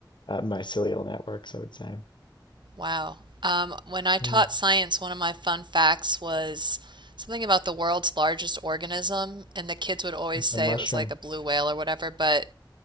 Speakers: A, on the left (about 80°); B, on the right (about 75°).
A: uh, mycelial networks, I would say.
B: Wow. Um, when I taught
A: Mm,
B: science, one of my fun facts was something about the world's largest organism, and the kids would always
A: it's
B: say
A: a mushroom.
B: it was like a blue whale or whatever, but